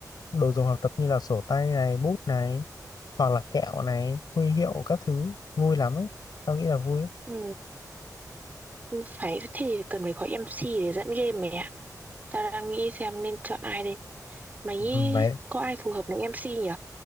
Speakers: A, on the left; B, on the right.
A: đồ dùng học tập như là sổ tay này, bút này hoặc là kẹo này, huy hiệu các thứ vui lắm ấy. Tao nghĩ là vui ấy.
B: Ừ. Phải thế thì cần phải có em MC để dẫn game mày ạ. Tao đang nghĩ xem nên chọn ai đây. Mày nghĩ
A: Ừ, mày
B: có ai phù hợp làm em MC nhỉ?